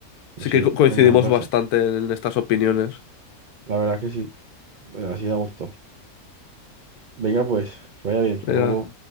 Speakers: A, on the right; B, on the left.
A: Pues
B: Sí que
A: sí,
B: co- coincidimos
A: venga, un placer.
B: bastante en estas opiniones.
A: La verdad que sí. Bueno, Así da gusto. Venga, pues, que vaya bien. Hasta
B: Venga.
A: luego.